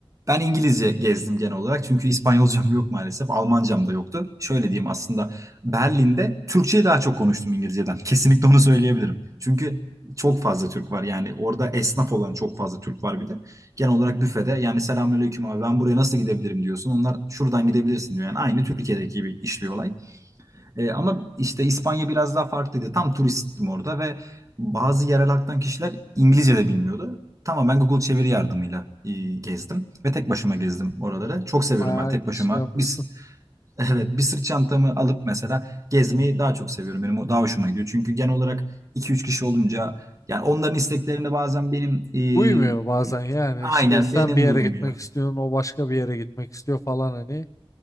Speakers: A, on the right; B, on the left.
A: ben İngilizce gezdim genel olarak çünkü İspanyolcam yok maalesef. Almancam da yoktu. Şöyle diyeyim aslında Berlin'de Türkçeyi daha çok konuştum İngilizceden. <laughs> Kesinlikle onu söyleyebilirim. Çünkü çok fazla Türk var yani orada esnaf olan çok fazla Türk var bir de. Genel olarak büfede yani selamünaleyküm abi ben buraya nasıl gidebilirim diyorsun. Onlar şuradan gidebilirsin diyor. Yani aynı Türkiye'deki gibi işliyor olay. E, ama işte İspanya biraz daha farklıydı. Tam turistim orada ve bazı yerel halktan kişiler İngilizce de bilmiyordu. Tamamen Google çeviri yardımıyla e, gezdim ve tek başıma gezdim oraları. Çok seviyorum
B: Bayağı
A: ben tek başıma.
B: şey yapmışsın.
A: Biz <laughs> evet bir sırt çantamı alıp mesela gezmeyi daha çok seviyorum. Benim o daha hoşuma gidiyor. Çünkü genel olarak iki üç kişi olunca yani onların isteklerine bazen benim e,
B: Uymuyor bazen
A: e,
B: yani
A: aynen
B: işte sen
A: benim
B: bir yere
A: uymuyor.
B: gitmek istiyorsun o başka bir yere gitmek istiyor falan hani.